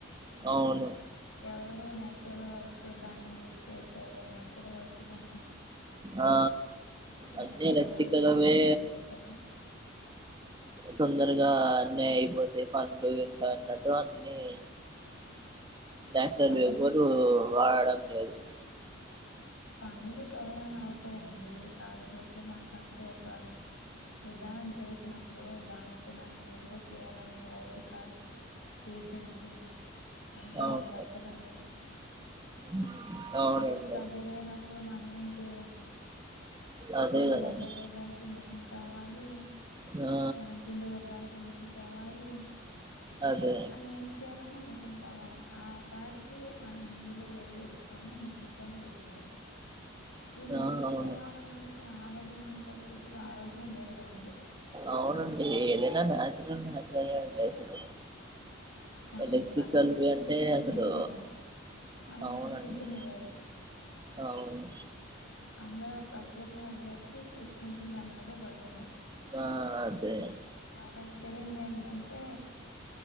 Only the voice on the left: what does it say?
ఎవరు నేచురల్ గా వచ్చేదాన్ని వ్యు స్ చేయట్లేదు. న్యాచురల్ గా వచే దాని
నేచురల్
గా వచ్చేదాన్ని పట్టించుకోవట్లేదు
పనులు
పనులు త్వరగానే అవుతాయండి. కాకపోతే మనకంటూ ఒక విధానం తెలిసినప్పుడు దాన్ని కూడా నీటుగా చేయాలనే ఓపిక పేషన్సీ అంతా
ఉండాలి కదండి.
మనుషులు తప్పిపోయినప్పుడు మ <unintelligible>
మనం
బట్టలు కుట్టడానికి మిషన్ కావాలి.
మనం పిండి రుబ్బడానికి మిషన్ కావాలి.
మనం ఏం చేయాలన్నా మిషన్ కావాలె ఆ కాడికి మనం నీళ్ళు వేడి చేసుకో ఇవన్నీ మిషన్ తోనే చేసుకుంటురు. ఈ మిషన్
ద్వారా మనకి అనారోగ్యం అని తప్పించి ఆరోగ్య ఇంకేం లేదు కదండి.
ఆ
ప్రకృతి నుంచి
వచ్చింది
వేరు కదా. మనం
సృష్టించింది వేరు.
అందరు ఆ ప్రకృతిని వదిలేసి సృష్టించిన దాని మీదే పడుతున్నారు.
వాళ్ళకి తెలియనిది ఏంటంటే